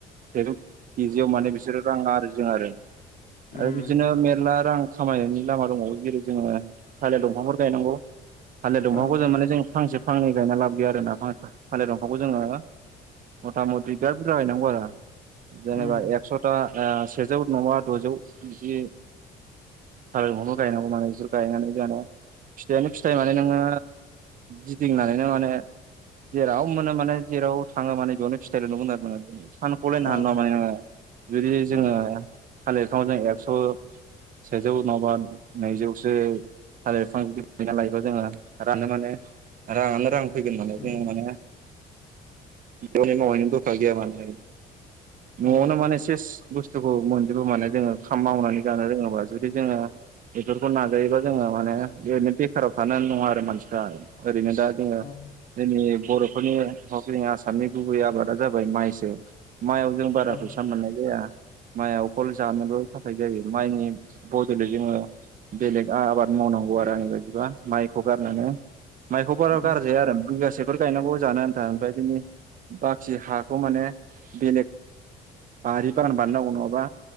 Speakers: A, on the right; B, on the left.
A: सेजौ केजियाव माने बिसोरो रां आरजियो आरो
B: उम
A: आरो बिदिनो मेरला रां खामायनायनि लामा दंबावो जेरै जोङो थालिर दंफांफोर गायनांगौ थालिर दंफांखौ
B: औ
A: जों माने जों फांसे फांनै गायना लाब गैया आरो ना फाथ थालिर दंफांखौ जोङो मथा मथि बिराद बुरजा गायनांगौ आरो जेनेबा
B: उम
A: एकसथा सेजौ नङा दजौ बिदि थिलिर दंफांखौ गायनांगौ मानो बिसोर गायनानै जाना फिथायानो फिथाइ माने नोङो गिदिंनानैनो माने जेराव मोनो माने जेराव थाङो माने फिथाइल नुगोन आरो सान <unintelligible>
B: औ
A: जुदि
B: उम
A: जोङो थालिरफ्रावनो एक्स' सेजौ नङाबा नैजौसो थालिर बिफां जुदि गायना लायोबा जोङो राननो माने राङानो रां। फैगोन माने
B: उम
A: जोङो माने बेनि <unintelligible> दरखार गैया माने न'आवनो
B: औ
A: माने सेस बुस्थुखौ मोनजोबो माने जोङो खाम मावनानै जानो रोङोबा जुदि जोङो बेफोरखौ नाजायोबा जोङो माने ओरैनो बेखाराव थानानै नङा आरो मानसिफ्रा ओरैनो दा जोङो
B: औ
A: जोंनि बर'फोरनि <unintelligible> <unintelligible> आसामनि गुबै आबादा जाबाय माइसो माइयाव जों बारा
B: औ
A: फैसा मोननाय जाया। माइआ अकल जानोल थाखाय जायो माइनि बदलै जोङो बेलेग आबाद मावनांगौ आरो आंनि बायदिबा माइखौ गारनानै। माइखौबो
B: उम
A: गार्जाया आरो बिगासेफोर गायनांगौ जानो आन्था ओमफ्राय बिनि बाखि हाखौ माने बेलेग बारि बागान बानायनांगौ नङाबा